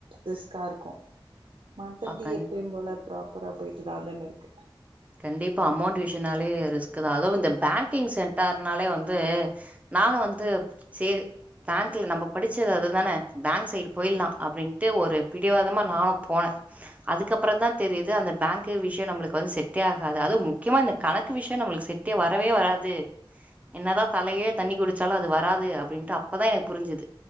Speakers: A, on the right (about 75°); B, on the right (about 15°).
A: ரிஸ்கா இருக்கு மத்தபடி
B: பா கண்
A: எப்பயு போல ப்ராப்பரா போயிட்டுதா வந்துனு இருக்கு
B: கண்டிப்பா அமௌண்ட் விஷயொனாலே ரிஸ்க்குதா அதுவு இந்த பேங்கிங் சென்டார்னாலே வந்து நானு வந்து சேவி பேங்க்ல நம்ம படிச்சது அதுதான பேங்க் சைடு போயில்லா அப்டின்ட்டு ஒரு பிடிவாதமா நானு போனே அதுக்கப்றோந்தா தெரியுது அந்த பேங்க்கு விஷயோ நம்ளுக்கு வந்து செட் டே ஆகாது அதுவு முக்யமா இந்த கணக்கு விஷயோ நம்மளுக்கு செட்டே வரவே வராது என்னதா தலையே தண்ணி குடிச்சாலு அது வராது அப்டின்ட்டு அப்பதா ‌எனக்கு புரிஞ்சது